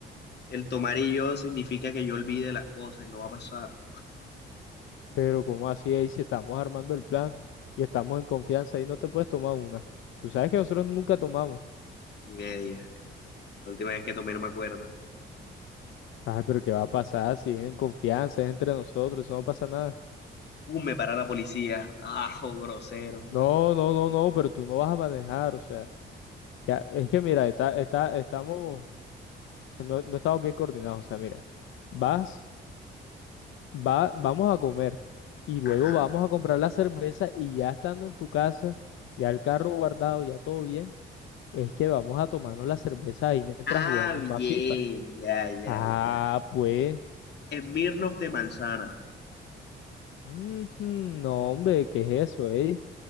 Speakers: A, on the left; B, on the left.
A: El tomar y yo significa que yo olvide las cosas y no va a pasar
B: pero ¿cómo así ahí si estamos armando el plan y estamos en confianza ahí no te puedes tomar una? Tú sabes que nosotros nunca tomamos.
A: ni media. La última vez que tomé no me acuerdo.
B: Ay, pero ¿qué va a pasar si es en confianza, es entre nosotros, eso no pasa nada?
A: Uh, me para la policía. Ajo, grosero.
B: No, no, no, no, pero tú no vas a manejar, o sea, ya, es que mira, está, está, estamos, no, no estamos bien coordinados, o sea, mira, vas. va, vamos a comer y luego
A: Ajá.
B: vamos a comprar la cerveza y ya estando en tu casa, ya el carro guardado, ya todo bien, es que vamos a tomarnos la cerveza ahí mientras
A: Ah,
B: jugamos más
A: bien,
B: FIFA.
A: ya, ya,
B: Ah,
A: ya.
B: pues,
A: Smirnoff de manzana.
B: ujú, no, hombre, ¿qué es eso, eh?